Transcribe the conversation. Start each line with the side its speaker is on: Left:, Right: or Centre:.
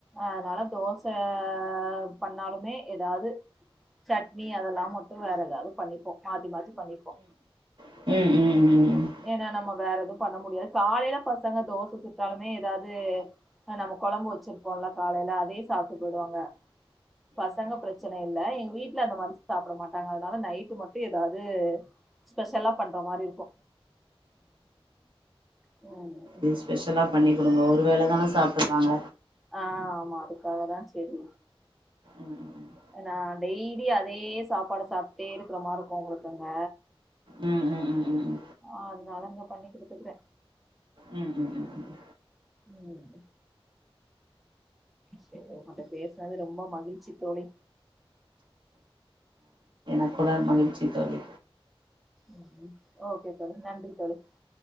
Centre: அதனால தோச ஆ பண்ணாலுமே எதாது சட்னி அதெல்லா மட்டு வேற எதாது பண்ணிப்போ மாத்தி மாத்தி பண்ணிப்போ
Right: ம் ம் ம் ம்
Centre: ஏனா நம்ம வேற எதும் பண்ண முடியாது காலைல பசங்க தோச சுட்டாலுமே எதாது ஆ நம்ம கொழம்பு வச்சுருப்போல காலைல அதே சாப்ட்டு போய்டுவாங்க பசங்க பிரச்சன இல்ல எங்க வீட்ல அந்த மாரி சாப்ட மாட்டாங்க அதனால நைட்டு மட்டு எதாது ஸ்பெஷலா பண்ற மாரி மாறியிருக்கு ம்
Right: இது ஸ்பெஷலா பண்ணி் குடுங்க ஒரு வேள தான சாப்பட்றாங்க
Centre: ஆ ஆமா அதுக்காக தா சேரி
Right: ம் ம் ம்
Centre: நா டெய்லி அதே சாப்பாட சாப்ட்டே இருக்கற மார் இருக்கு உங்ளுக்கு அங்க
Right: ம் ம் ம்ம்
Centre: ஆ அதுனால இங்க பண்ணி குடுத்துக்கற
Right: ம் ம் ம்ம்
Centre: ம் சேர் உங்கட்ட பேசுனது ரொம்ப மகிழ்ச்சி தோழி
Right: இப்பதா மகிழ்ச்சி தோழி
Centre: ம் ம் ஓகே தோழி நன்றி தோழி